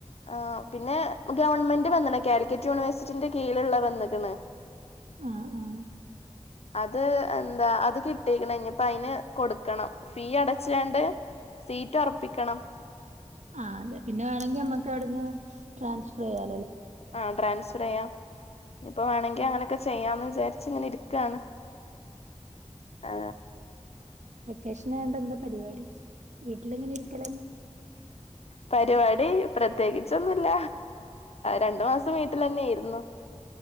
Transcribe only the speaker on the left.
ആ പിന്നെ ഗവണ്മെന്റ് വന്നണ കാലിക്കറ്റ് യൂണിവേഴ്സിറ്റിന്റെ കീഴിലുള്ള വന്നിക്കണ്
അത് എന്താ അത് കിട്ടേക്കണം ഇനിപ്പ അതിന് കൊടുക്കണം ഫീ അടച്ചണ്ട് സീറ്റ് ഉറപ്പിക്കണം
ആ ട്രാൻസ്ഫർ ചെയ്യാം ഇപ്പൊ വേണെങ്കിൽ അങ്ങനൊക്കെ ചെയ്യാന്ന് വിചാരിച്ച ഇങ്ങനെ ഇരിക്കണ് ആ
പരിപാടി പ്രത്യേകിച്ചൊന്നുല്ല രണ്ടു മാസം വീട്ടിൽ തന്നൊയിയിരുന്നു